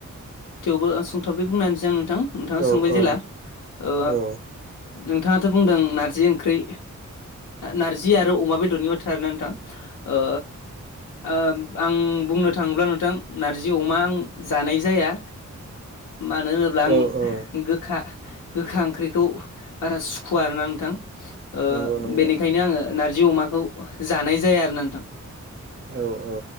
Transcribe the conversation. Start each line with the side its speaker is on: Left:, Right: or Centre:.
Left: थेवबो सोंथाबै बुंना होनोसै आं नोंथां नोंथाङा
Right: औ
Left: सोंबाय जेला
Right: औ
Left: ओ
Right: औ
Left: नोंथाङाथ' बुंदों नारजि ओंख्रि नारजि आरो अमा बेदरनि बाथ्रा आरोना नोंथां ओ ओ आं बुंनो थाङोब्ला नोंथां नारजि अमा आं जानाय जाया। मानो होनोब्ला आं
Right: औ औ
Left: गोखा गोखा ओंख्रिखौ बारा सुखुवा आरोना नोंथां। ओ
Right: नंगौ नंगौ
Left: बेनिखायनो आङो नारजि अमाखौ जानाय जाया आरो नोंथां।
Right: औ औ।